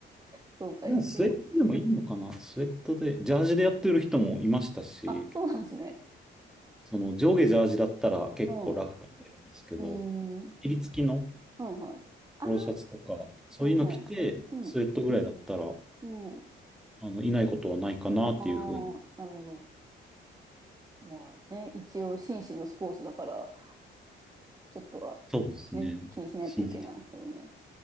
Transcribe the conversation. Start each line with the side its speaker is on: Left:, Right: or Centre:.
Right: そうか、
Centre: でもスウェットでもいいのかなスウェットで、
Right: 一応。
Centre: ジャージでやってる人もいましたし、
Right: あ、そうなんですね。
Centre: その上下ジャージだったら結構ラフ感出るんですけど、
Right: うん。うーん。
Centre: 襟付きの
Right: はいはい。ああ、
Centre: ポロシャツとか、そういうの着て、
Right: はいはい。うん。
Centre: スウェットぐらいだったら、
Right: うん。
Centre: あの、いないことはないかなっていうふうに。
Right: ああ、なるほど。まあね、一応紳士のスポーツだから、ちょっとは
Centre: そうですね。
Right: ね、気にしないといけないですよね。
Centre: 信じ